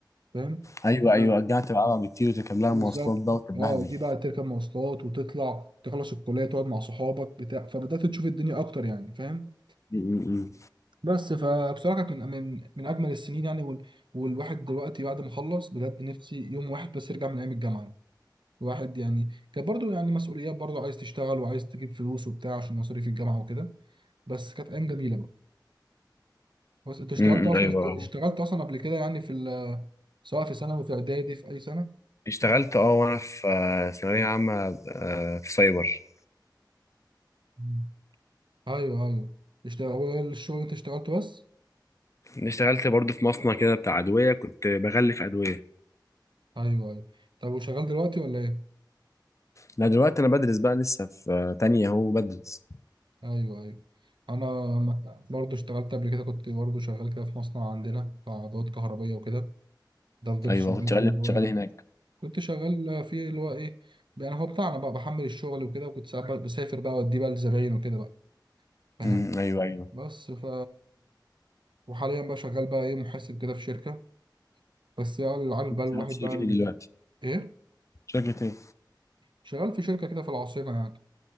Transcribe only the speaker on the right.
فاهم
آه
بالظبط
اه دي بقى تركب مواصلات وتطلع تخلص الكلية تقعد مع صحابك بتاع فبدأت تشوف الدنيا أكتر يعني فاهم
بس فبصراحه كانت من من من اجمل السنين يعني وال- والواحد دلوقتي بعد ما خلص بجد نفسي يوم واحد بس يرجع من ايام الجامعه الواحد يعني كانت برضو يعني مسؤوليات برضو عايز تشتغل وعايز تجيب فلوس وبتاع عشان مصاريف الجامعه وكده بس كانت ايام جميله بقى بس انت اشتغلت
اصلا
اشتغلت اصلا قبل كده يعني في ال- سواء في ثانوي في اعدادي في اي سنه
مم. ايوه ايوه اشتغل هو ده الشغل اللي انت اشتغلته بس
ايوه ايوه طب وشغال دلوقتي ولا ايه
ايوه ايوه انا برضو اشتغلت قبل كده كنت برضو شغال كده في مصنع عندنا بتاع ادوات كهربيه وكده ده فضلت
شغال
فيه اللي
هو-
كنت شغال فيه اللي هو ايه يعني هو بتاعنا بقى بحمل الشغل وكده وكنت ساعات بقى بسافر بقى واديه بقى لزباين وكده بقى فاهم
بس ف وحاليا بقى شغال بقى ايه محاسب كده في شركه بس بقى اللي عارف
بقى الواحد
بقى
ايه
شغال في شركه كده في العاصمه يعني